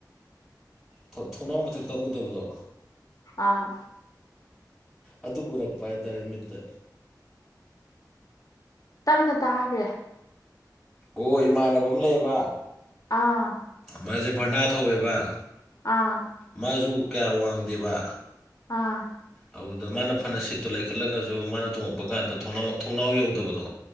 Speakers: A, in the centre; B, on the left.
A: ꯊꯣ ꯊꯣꯡꯅꯥꯎ ꯃꯊꯛꯇ ꯎꯗꯕꯗꯣ
B: ꯑꯥ
A: ꯑꯗꯨ ꯎꯔꯛꯄ ꯍꯥꯏꯇꯥꯔꯦ ꯃꯤꯠꯇ
B: ꯇꯞꯅ ꯇꯥꯒ꯭ꯔꯦ
A: ꯑꯣ ꯏꯃꯥꯟꯅꯕ ꯑꯝ ꯂꯩꯌꯦꯕ
B: ꯑꯥ
A: ꯃꯥꯖꯦ ꯚꯔꯅꯥ ꯊꯧꯋꯦꯕ
B: ꯑꯥ
A: ꯃꯥꯖꯨ ꯀꯌꯥ ꯋꯥꯡꯗꯦꯕ
B: ꯑꯥ
A: ꯑꯧꯗ ꯃꯥꯅ ꯐꯅ ꯁꯤꯠꯇꯨ ꯂꯩꯈꯠꯂꯒꯖꯨ ꯃꯥꯅ ꯇꯣꯡꯉꯛꯄ ꯀꯥꯟꯗ ꯊꯣꯡꯅꯥꯎ ꯊꯣꯡꯅꯥꯎ ꯌꯧꯗꯕꯗꯣ